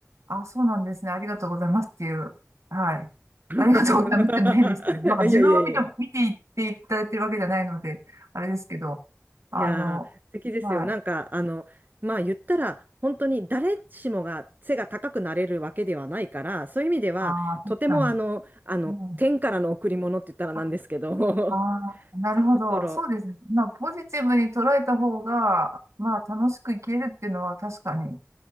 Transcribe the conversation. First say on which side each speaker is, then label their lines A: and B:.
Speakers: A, on the right; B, on the right.
A: あ、そうなんですね。ありがとうございますっていう。はい。ありがとうございますっていうの変ですけど、
B: <laughs>
A: <laughs> なんか自分を見て、
B: いやいやいや。
A: 見ていっていただいてるわけじゃないので、あれですけど、あの、
B: いやー、素敵ですよ。
A: はい。
B: なんか、あの、まあ言ったら、本当に誰しもが背が高くなれるわけではないから、そういう意味では、
A: ああ、確かに。
B: とてもあの、あの、
A: うん、
B: 天からの贈り物って言ったらなんですけど、
A: あ
B: <laughs> そ
A: あー、なるほど。
B: ういうところ、
A: そうですね。まあ、ポジティブに捉えた方が、まあ、楽しく生きれるっていうのは確かに、